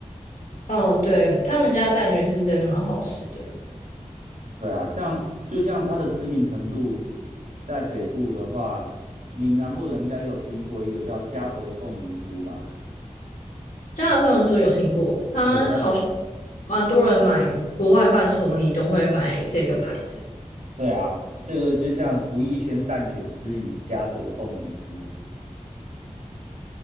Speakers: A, on the left; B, on the right.
A: 嗯，对，他们家蛋卷是真的蛮好吃的。
B: 对啊，像就像它的知名程度，在北部的话，你们南部人应该有听过一个叫嘉德凤梨酥吧？
A: 加拿大朋友说有听过，他好像
B: 对，它
A: 蛮多人买国外伴手礼都会买这个牌子。
B: 对啊，这个就像福义轩蛋卷之于嘉德凤梨酥，